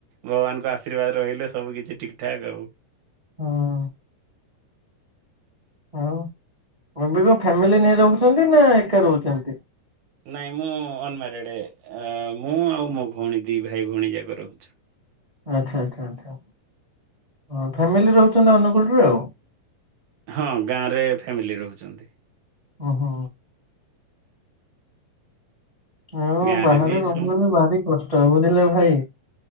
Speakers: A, on the right (about 70°); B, on the right (about 25°).
A: ଭଗବାନଙ୍କ ଆଶୀର୍ବାଦ ରହିଲେ ସବୁ କିଛି ଠିକ୍ ଠାକ୍ ହବ।
B: ଓହୋ। ଆଉ ଅବିକ ଫ୍ୟାମିଲି ନେଇ ରହୁଛନ୍ତି ନା ଏକା ରହୁଛନ୍ତି?
A: ନାଇଁ ମୁଁ ଅନମାରେଡେ ମୁଁ ଆଉ ମୋ ଭଉଣୀ ଦି ଭାଇ ଭଉଣୀ ଯାକ ରହୁଛୁ।
B: ଆଛା ଆଛା ଆଛା ହଁ ଫ୍ୟାମିଲି ରହୁଛନ୍ତି ଅନୁଗୁଳୁରେ ଆଉ।
A: ହଁ ଗାଁରେ ଫ୍ୟାମିଲି ରହୁଛନ୍ତି।
B: ଓହୋ। ଆଉ
A: ଗାଁରେ
B: ବାହାରେ
A: ବି
B: ରହିବାଟା
A: ସମ
B: ଭାରି କଷ୍ଟ ବୁଝିଲେ ଭାଇ?